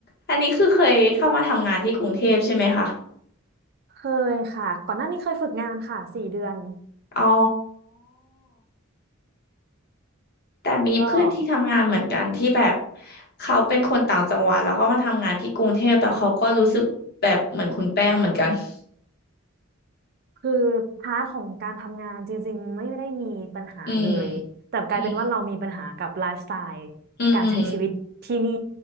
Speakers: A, on the left; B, on the right.
A: อันนี้คือเคยเข้ามาทำงานที่กรุงเทพใช่ไหมคะ
B: เคยค่ะก่อนหน้านี้เคยฝึกงานค่ะสี่เดือน
A: อ๋อแต่มีเพื่อนที่ทำงานเหมือนกันที่แบบ
B: ก็
A: เขาเป็นคนต่างจังหวัดแล้วก็มาทำงานที่กรุงเทพแล้วเขาก็รู้สึกแบบเหมือนคุณแป้งเหมือนกัน <laughs>
B: คือพาร์ทของการทำงานจริงๆไม่ได้มีปัญหาเลยแต่กลายเป็นว่าเรามีปัญหากับไลฟ์สไตล์
A: อืมอืมอืม
B: การใช้ชีวิตที่นี่